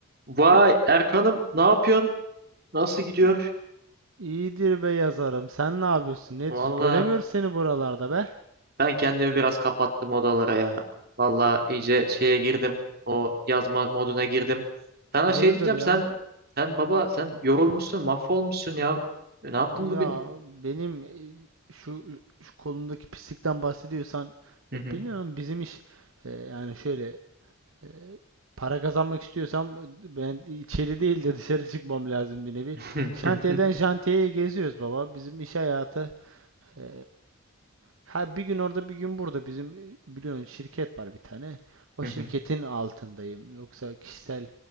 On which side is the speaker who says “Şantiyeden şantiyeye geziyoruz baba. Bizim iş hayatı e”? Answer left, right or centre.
Right